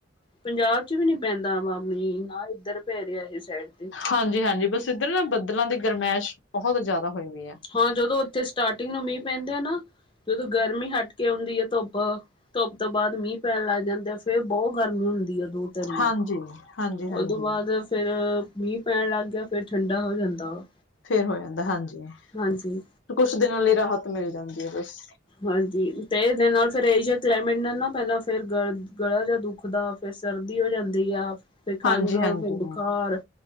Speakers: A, on the left; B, on the left.
A: ਪੰਜਾਬ ਚ ਵੀ ਨੀ ਪੈਂਦਾ ਮਾ ਮੀਂਹ ਹਾਂ ਇੱਧਰ ਪੈ ਰਿਹਾ ਇਹ ਸਾਈਡ ਤੇ
B: ਹਾਂਜੀ- ਹਾਂਜੀ ਬਸ ਇੱਧਰ ਨਾ ਬੱਦਲਾਂ ਦੀ ਗਰਮੈਸ਼ ਬਹੁਤ ਜ਼ਿਆਦਾ ਹੋਈ ਵੀ ਆ
A: ਹਾਂ ਜਦੋਂ ਉੱਥੇ ਸਟਾਰਟਿੰਗ ਨੂੰ ਮੀਂਹ ਪੈਂਦੇ ਆ ਨਾ ਜਦੋਂ ਗਰਮੀ ਹਟ ਕੇ ਆਉਂਦੀ ਆ ਧੁੱਪ ਧੁੱਪ ਤੋਂ ਬਾਅਦ ਮੀਂਹ ਪੈਣ ਲੱਗ ਜਾਂਦੇ ਆ ਫੇਰ ਬਹੁਤ ਗਰਮੀ ਹੁੰਦੀ ਆ ਦੂਰ ਤਿੰਨ ਦਿਨ
B: ਹਾਂਜੀ, ਹਾਂਜੀ
A: ਉਹਦੋਂ
B: ਹਾਂਜੀ
A: ਬਾਅਦ ਫੇਰ ਮੀਂਹ ਪੈਣ ਲੱਗ ਗਿਆ ਫੇਰ ਠੰਡਾ ਹੋ ਜਾਂਦਾ ਵ
B: ਫੇਰ ਹੋ ਜਾਂਦਾ ਹਾਂਜੀ-
A: ਹਾਂਜੀ-
B: ਕੁਛ ਦਿਨਾਂ ਲਈ ਰਾਹਤ ਮਿਲ ਜਾਂਦੀ ਹੈ ਬਸ-
A: ਹਾਂਜੀ ਤੇ ਇਹਦੇ ਨਾਲ ਫਿਰ ਇਹ ਜਿਹਾ ਕਲਾਈਮੇਟ ਨਾਲ ਨਾ ਪਹਿਲਾਂ ਫੇਰ ਗ ਗਲਾ ਜਿਹਾ ਦੁੱਖ ਦਾ- ਫਿਰ ਸਰਦੀ ਹੋ ਜਾਂਦੀ ਆ। ਫਿਰ ਖੰਘ
B: ਹਾਂਜੀ ਹਾਂਜੀ,
A: ਫਿਰ ਬੁਖਾਰ,